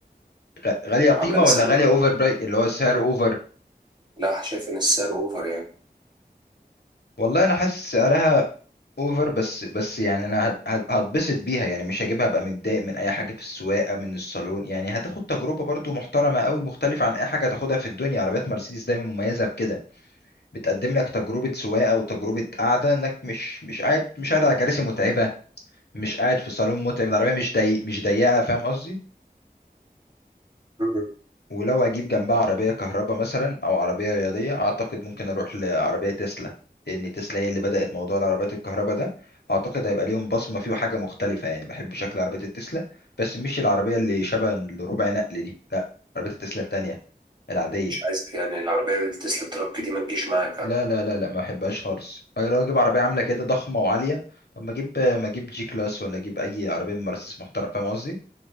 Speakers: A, on the left; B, on the right.
A: غ- غالية قيمة
B: عامله مثلا
A: ولا غالية أوفر براي اللي هو السعر أوفر
B: لا شايف ان السعر اوفر يعني
A: والله أنا حاسس سعرها اوفر بس بس يعني انا هت- هت- هتبسط بيها يعني مش هجيبها ابقى متضايق من اي حاجه في السواقه من الصالون يعني هتاخد تجربه برضو محترمه قوي مختلفه عن اي حاجه هتاخدها في الدنيا عربيات مرسيدس دايما مميزه بكده بتقدم لك تجربه سواقه وتجربه قعده انك مش مش قاعد مش قاعد على كراسي متعبه مش قاعد في صالون متعب العربيه مش ضيق مش ضيقه فاهم قصدي
B: مم.
A: ولو اجيب جنبها عربيه كهرباء مثلا او عربيه رياضيه اعتقد ممكن اروح لعربيه تسلا لان تسلا هي اللي بدات موضوع العربيات الكهرباء ده اعتقد هيبقى ليهم بصمه فيه وحاجه مختلفه يعني بحب شكل عربيه التسلا بس مش العربيه اللي شبه الربع نقل دي لا عربيه التسلا التانية العاديه
B: مش عايز يعني العربيه التسلا ترك دي ما تجيش معاك
A: لا
B: يعني.
A: لا لا لا ما بحبهاش خالص أنا لو اجيب عربيه عامله كده ضخمه وعاليه طب ما اجيب ما اجيب جي كلاس ولا اجيب اي عربيه من مرسيدس محترم فاهم قصدي